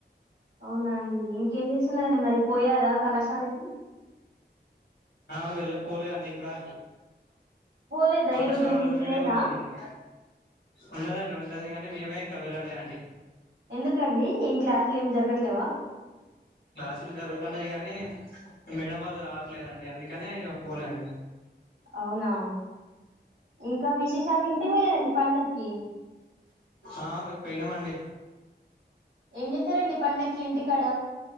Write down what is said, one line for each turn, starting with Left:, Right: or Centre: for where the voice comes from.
Right: అవునండి ఇంకేం చేస్త న్నడి మరి పోయారా కళాశాలకి
Left: ఆ వెళ్ళపోలే అండి ఇంకా
Right: పోలేదా
Left: పాఠశాలలలోనే
Right: ఈరోజు మీకు లేదా
Left: ఉన్నామండి ఉన్నదండి ఉ దు కాగానీ మేమే ఇంకా వెళ్ళాల అండి
Right: ఎందుకండి ఇం క్లాస్ లు ఏం జరగట్లేవా
Left: క్లాసులు జరుగుతున్నాయి గానీ మేడం వాళ్ళు రాట్లేదు అండి అందు ఎక్కనే పోలే అండి
Right: అవునా ఇంకా విశేషాలు ఇంటికి పోయారండి పండగకి
Left: ఆ పోయిన అండి
Right: ఎ చ్చారంండి పండక్కి ఇంటికాడ